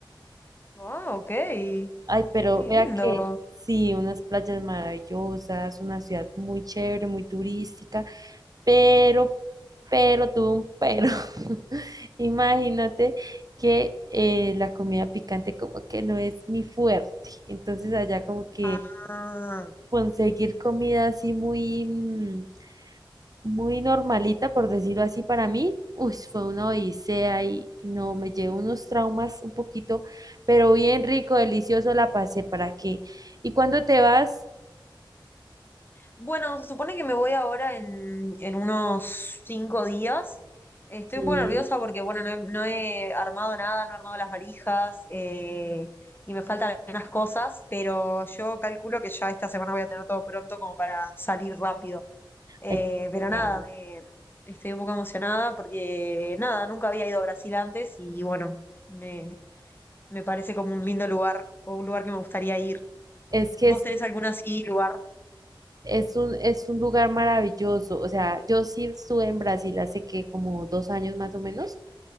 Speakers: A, on the left (about 25°); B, on the right (about 45°).
A: Ah, ok, qué
B: Ay, pero
A: lindo.
B: vea que sí, unas playas maravillosas, una ciudad muy chévere, muy turística, Pero, pero tuvo un pero. <laughs> Imagínate que eh, la comida picante como que no es mi fuerte. Entonces allá como que
A: Ah,
B: conseguir comida así muy, mm, muy normalita, por decirlo así, para mí, uy, fue una odisea y no, me llevo unos traumas un poquito, pero bien rico, delicioso la pasé, ¿para qué? ¿Y cuando te vas?
A: Bueno, se supone que me voy ahora en, en unos cinco días. Estoy
B: Sí,
A: un poco nerviosa porque, bueno, no he, no he armado nada, no he armado las valijas eh, y me faltan algunas cosas, pero yo calculo que ya esta semana voy a tener todo pronto como para salir rápido. Eh,
B: ay,
A: pero
B: claro.
A: nada, me- estoy un poco emocionada porque, nada, nunca había ido a Brasil antes y, bueno, me, me parece como un lindo lugar o un lugar que me gustaría ir.
B: Es que
A: ¿Vos
B: es
A: tenés algún así lugar?
B: Es un, es un lugar maravilloso. O sea, yo sí estuve en Brasil hace que como dos años más o menos.